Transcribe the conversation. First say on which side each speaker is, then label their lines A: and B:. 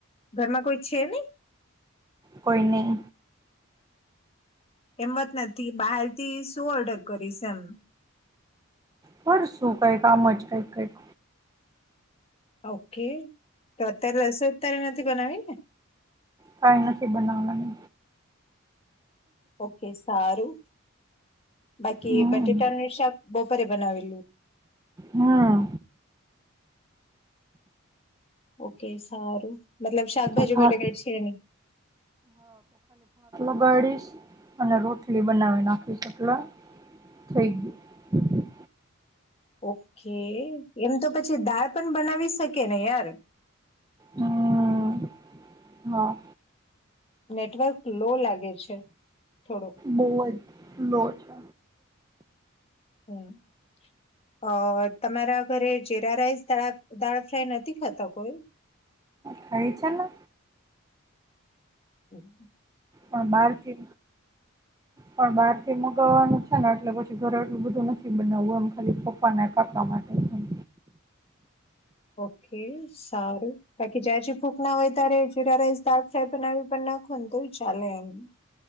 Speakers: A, on the left; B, on the right.
A: ઘરમાં કોઈ છે નઈ?
B: કોઈ નહી.
A: એમ વાત નથી. બહારથી શું ઓર્ડર કરીશ એમ?
B: કરશું, કઈક આમ જ કઈંક કઈંક.
A: ઓકે. તો અત્યારે રસોઈ અત્યારે નથી બનાવીને?
B: કાંઈ નથી બનાવના અમે.
A: ઓકે. સારું. બાકી
B: હમ
A: બટેટાની શાક બપોરે બનાવીયું?
B: હમ
A: ઓકે સારું મતલબ શાકભાજી
B: તો ભાત
A: માટે કાંઈ છે નઇ.
B: ઉગાડીશ અને રોટલી બનાવી નાખીશ એટલા થઈ ગયું.
A: ઓકે. એમ તો પછી દાળ પણ બનાવી શકે ને યાર.
B: હા, હા.
A: નેટવર્ક લો લાગે છે થોડુંક.
B: બહુ જ લો છે
A: હમ્મ અ તમારા ઘરે જીરા રાઈસ, દાળ ફ્રાય નથી ખાતા કોઈ?
B: ખાઈએ છેને.
A: હમ્મ.
B: પણ બહારથી પણ બહાર થી મુકવવાનું એટલે પછી ઘરે એટલું બધું નથી બનાવવું એમ ખાલી પપ્પાના કાપડા માટેચ એમ.
A: ઓકે સારું, બાકી જ જે ભૂક ના હોય ત્યારે જીરા રાઈસ દાલ ફ્રાય બનાવી પણ નાખોને તો ઈ ચાલે એમ.